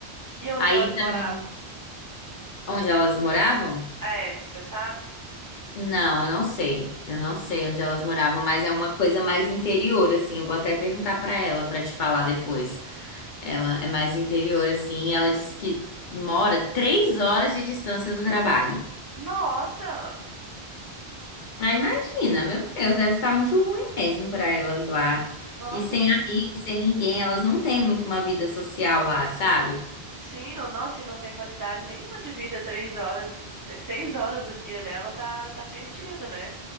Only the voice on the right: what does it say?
E onde
elas
moravam?
É, você sabe?
Nossa!
Nossa,
não...
sim, não... nossa, e não tem qualidade nenhuma de vida. Três horas, seis horas do dia dela tá, tá perdido, né?